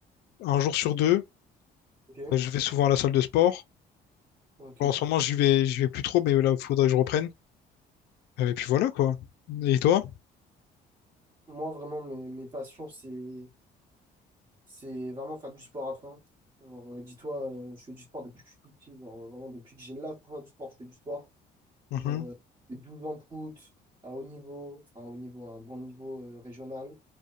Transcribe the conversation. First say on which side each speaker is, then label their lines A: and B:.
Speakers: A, on the left; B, on the right.
A: un jour sur deux,
B: ok,
A: euh, je vais souvent à la salle de sport.
B: ok.
A: Alors, en ce moment, j'y vais, j'y vais plus trop, mais là, il faudrait que je reprenne. Euh, et puis voilà, quoi. Et toi?
B: Moi, vraiment, mes, mes passions, c'est, c'est vraiment faire du sport à fond. Alors, euh, dis-toi, euh, je fais du sport depuis que je suis tout petit. Genre, euh, vraiment, depuis que j'ai l'âge pour faire du sport, je fais du sport.
A: Mhm.
B: Genre, euh, les 12 ans de foot à haut niveau, à haut niveau, à un bon niveau euh, régional.